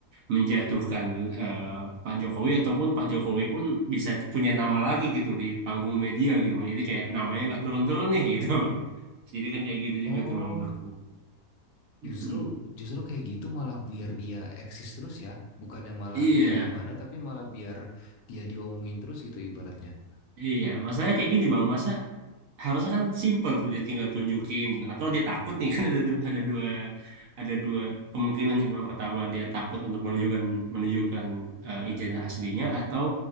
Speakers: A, on the right; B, on the left.
A: menjatuhkan eh, Pak Jokowi ataupun Pak Jokowi pun bisa punya nama lagi gitu di panggung media gitu Bang. Jadi kayak namanya nggak turun-turun nih <laughs> gitu. Jadi kan kayak gitu
B: oh
A: juga tuh Bang menurutku. Mm.
B: justru justru kayak gitu malah biar dia eksis terus ya bukannya malah
A: Iya,
B: kayak gimana tapi malah biar dia diomongin terus gitu ibaratnya
A: iya. Masalahnya kayak gini Bang. Masa harusnya kan simple tuh dia tinggal tunjukin gitu. Atau dia takut nih <laughs> kan ada du- ada dua ada dua kemungkinan kan yang pertama dia takut untuk menunjukkan menunjukkan eh, ijazah aslinya atau